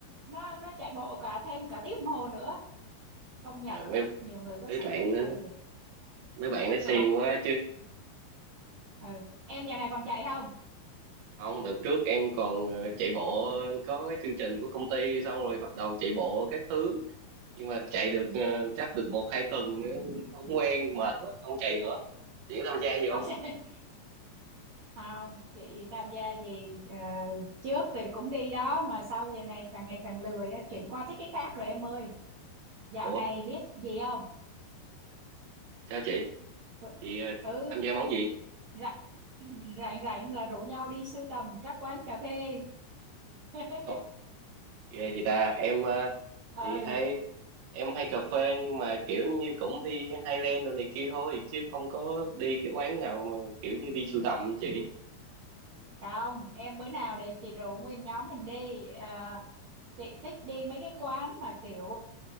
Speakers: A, on the right (about 50°); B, on the right (about 80°).
A: nó nó chạy bộ cả thêm cả tiếng đồng hồ nữa công nhận
B: Trời mấy
A: nhiều người có
B: mấy
A: sở
B: bạn
A: thích
B: đó
A: hay thiệt
B: mấy bạn nó xiên
A: ừ
B: quá
A: ừ. em giờ này còn chạy không
B: không đợt trước em còn ờ, chạy bộ có cái chương trình của công ty xong rồi bắt đầu chạy bộ các thứ nhưng mà chạy
A: ừ.
B: được ờ, chắc được một hai tuần ờ, không quen mệt quá không chạy nữa chị có tham gia gì
A: không
B: không
A: <laughs> chạy không chị tham gia gì ờ, trước thì cũng đi đó mà sau giờ này càng ngày càng lười á, chuyển qua thích cái khác rồi em ơi dạo này
B: ủa
A: biết gì không
B: sao chị
A: cứ
B: chị ờ,
A: ừ,
B: tham gia món gì
A: rảnh rảnh rảnh là rủ nhau đi sưu tầm các quán cà phê <laughs>
B: Ồ, ghê gì ta em ờ,
A: ờ
B: thì hay em hay cà phê nhưng mà kiểu như cũng đi Highland đồ này kia thôi chứ không có đi cái quán nào mà kiểu như đi sưu tầm như chị
A: không em bữa nào để chị rủ nguyên nhóm mình đi Ờ, chị thích đi mấy cái quán mà kiểu